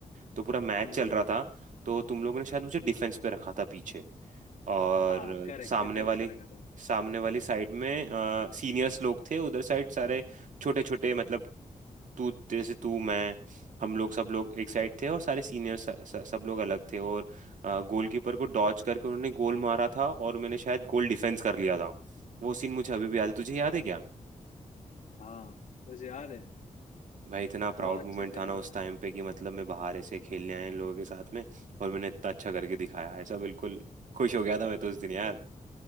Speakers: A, on the right (about 75°); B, on the left (about 75°).
A: तो पूरा मैच
B: हम्म
A: चल रहा था तो तुम लोगों ने शायद मुझे डिफेंस पे रखा था पीछे और
B: हाँ करेक्ट
A: सामने
B: डिफेंस
A: वाली
B: पे रखा था
A: सामने वाली साइड में सीनियर्स लोग थे उधर साइड सारे छोटे छोटे मतलब तू जैसे तू मैं हम लोग सब लोग एक साइड थे और सारे सीनियर्स सब लोग अलग थे और गोलकीपर को डॉच करके उन्होंने गोल मारा था और मैंने शायद गोल डिफेंस कर लिया था वो सीन मुझे अभी भी याद है तुझे याद है क्या
B: हाँ मुझे याद है
A: भाई इतना प्राउड
B: बहुत अच्छे
A: मोमेंट
B: से
A: था
B: याद
A: ना
B: है
A: उस
B: भाई
A: टाइम पे कि मतलब मैं बाहर ऐसे खेलने आया इन लोगों के साथ में और मैंने इतना अच्छा करके दिखाया ऐसा बिल्कुल खुश हो गया था मैं तो उस दिन यार